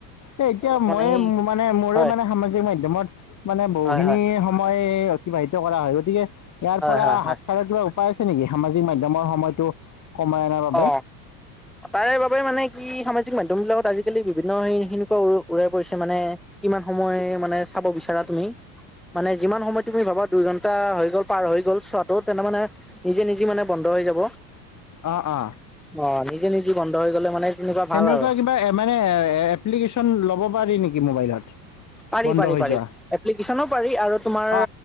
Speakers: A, on the left; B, in the centre.
A: এ এতিয়া
B: তেওঁলোক মানে
A: মই
B: সেই
A: মানে মোৰে
B: হয়
A: মানে সামাজিক মাধ্যমত মানে বহুখিনি
B: হয় হয়
A: সময়। অতিবাহিত কৰা হয় গতিকে ইয়াৰ
B: হয়
A: পৰা
B: হয় হয়
A: হাতসাৰৰ কিবা উপায় আছে নেকি সামাজিক মাধ্যমৰ সময়তো। কমাই অনাৰ বাবে।
B: অ তাৰে বাবে মানে কি সামাজিক মাধ্যম বিলাকত আজিকালি বিভিন্ন সেই সেনেকুৱা উৰাই পৰিছে মানে। কিমান সময় মানে চাব বিচাৰা তুমি? মানে যিমান সময় তুমি ভাবা দুই ঘন্টা হৈ গ'ল পাৰ হৈ গ'ল চোৱাটো তেনে মানে নিজে নিজে মানে বন্ধ হৈ যাব
A: অ অ
B: অ নিজে নিজে বন্ধ হৈ গ'লে মানে তেনেকুৱা
A: সেনেকুৱা
B: ভাল আৰু
A: কিবা মানে এপ্লিকেশ্যন ল'ব পাৰি নেকি মোবাইলত।
B: পাৰি
A: বন্ধ
B: পাৰি
A: হৈ
B: পাৰি
A: যোৱা
B: এপ্লিকেশ্যনো পাৰি আৰু তোমাৰ
A: অ